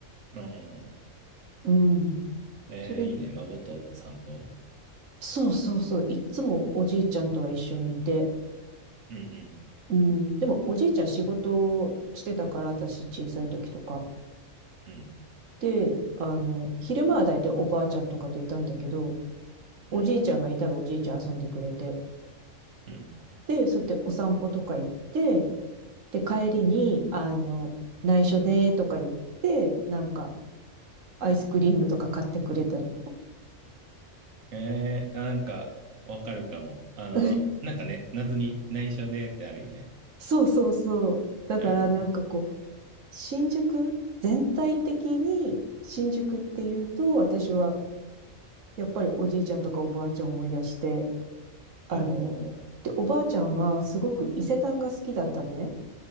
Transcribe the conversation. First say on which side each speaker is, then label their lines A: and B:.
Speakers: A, on the right; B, on the right.
A: ああ、
B: うん。
A: えー、
B: それ、
A: いいね。孫と散歩。
B: そうそうそう。いっつもおじいちゃんとは一緒にいて。
A: うんうん
B: うん。でも、おじいちゃん仕事してたから、私小さい時とか。
A: うん
B: で、あの、昼間は大体おばあちゃんとかといたんだけど、
A: うん
B: おじいちゃんがいたらおじいちゃん遊んでくれて、
A: うん。
B: で、そうやってお散歩とか行って、で、帰りに、あの、内緒ねーとか言って、なんか、アイスクリームとか買ってくれたの。
A: えー、あ、なんか、わかるかも。あの、
B: <laughs>
A: なんかね、謎に内緒でってあるよね。
B: そうそうそう。だからなんかこう、
A: うん。
B: 新宿、全体的に新宿っていうと、私はやっぱりおじいちゃんとかおばあちゃんを思い出して、あの、
A: おー、
B: で、おばあちゃんはすごく伊勢丹が好きだったのね。